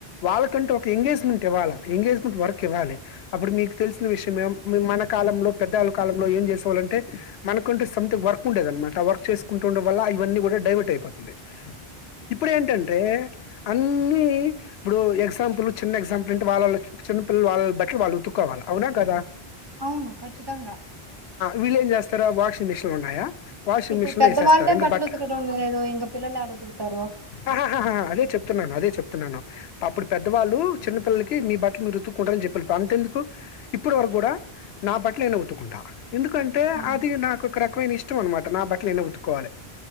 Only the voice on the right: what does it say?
అవును ఖచ్చితంగా
ఇప్పుడు
పెద్దవాళ్ళే
బట్టలు
ఉతకడం లేదు ఇంక పిల్లలు యాడ ఉతుకుతారో
ఆ